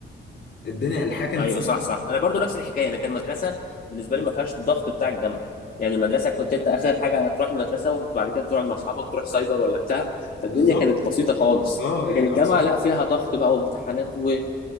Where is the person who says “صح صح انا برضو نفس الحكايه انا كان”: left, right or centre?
Left